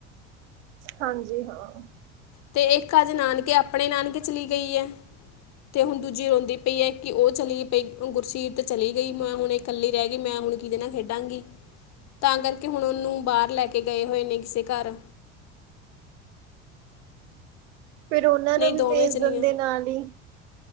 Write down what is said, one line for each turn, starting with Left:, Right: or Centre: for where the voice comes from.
Right: ਹਾਂਜੀ ਹਾਂ।
Left: ਤੇ ਇੱਕ ਅੱਜ ਨਾਨਕੇ, ਆਪਣੇ ਨਾਨਕੇ ਚਲੀ ਗਈ ਏ, ਤੇ ਹੁਣ ਦੂਜੀ ਰੋਂਦੀ ਪਈ ਏ, ਕਿ ਉਹ ਚਲੀ ਪਈ ਗੁਰਸੀਤ ਚਲੀ ਗਈ ਮੈਂ ਹੁਣ ਇਕੱਲੀ ਰਹਿ ਗਈ, ਮੈਂ ਹੁਣ ਕਿਹਦੇ ਨਾਲ ਖੇਡਾਂਗੀ ਤਾਂ ਕਰਕੇ ਹੁਣ ਉਹਨੂੰ ਬਾਹਰ ਲੈ ਕੇ ਗਏ ਹੋਏ ਨੇ ਕਿਸੇ ਘਰ
Right: ਫਿਰ ਉਹਨਾਂ
Left: ਨਹੀਂ
Right: ਨੂੰ
Left: ਦੋਵੇਂ
Right: ਵੀ ਭੇਜ
Left: ਜਣੀਆਂ
Right: ਦਿੰਦੇ ਨਾਲ ਹੀ।